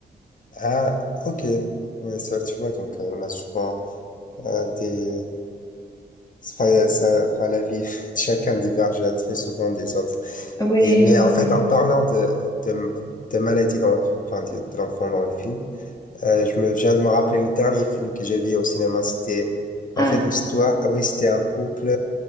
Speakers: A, on the left; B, on the left.
A: Ah, OK. Ouais, ça, tu vois, donc, euh, on a souvent euh, des Enfin, ça, enfin, la vie, <laughs> chacun diverge très souvent des autres.
B: Ouais,
A: Et, mais
B: ouais. ouais.
A: en fait, en parlant de, de, de maladies dans, le- enfin, de, de l'enfant dans le film, euh, je me viens de me rappeler le dernier film que j'ai vu au cinéma. C'était, en
B: Ah,
A: fait, l'histoire, ah oui, c'était un couple